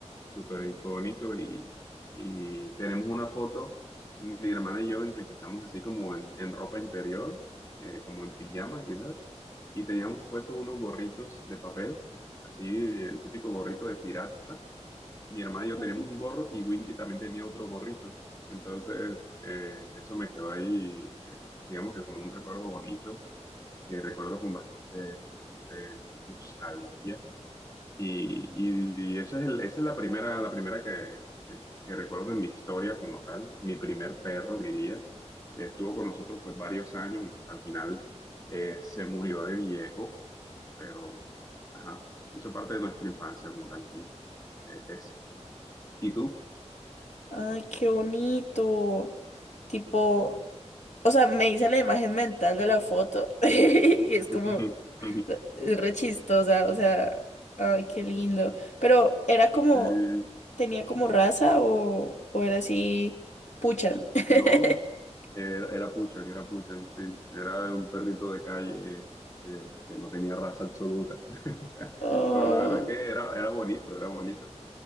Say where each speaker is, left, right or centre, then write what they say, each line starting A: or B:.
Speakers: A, on the left; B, on the left.
A: súper icónico y, y tenemos una foto, mi hermana y yo, en la que estamos así como en, en ropa interior, eh, como en pijama quizás, y teníamos puestos unos gorritos de papel, así el típico gorrito de pirata mi hermana y yo
B: Ujú.
A: teníamos un gorro y Winky también tenía otro gorrito. Entonces, eh, eso me quedó ahí, eh, digamos que como un recuerdo bonito, que recuerdo con bastante, eh, nostalgia. Y, y- y esa es, el- esa es la primera, la primera que, que- que recuerdo en mi historia como tal, mi primer perro, diría, que estuvo con nosotros pues varios años y al final eh, se murió de viejo, pero ajá, hizo parte de nuestra infancia como tal, sí. Eh, es. ¿Y tú?
B: Ay, qué bonito. Tipo, o sea, me hice la imagen mental de la foto <laughs> y es como,
A: <laughs>
B: es re chistosa, o sea, ay, qué lindo. Pero, ¿era como,
A: Sí,
B: tenía como raza o, o era así, puchan? <laughs>
A: no, era, era Puchan, era Puchan, sí. Era un perrito de calle eh, que no tenía raza absoluta. <laughs>
B: Oh,
A: Pero la verdad es que era, era bonito, era bonito.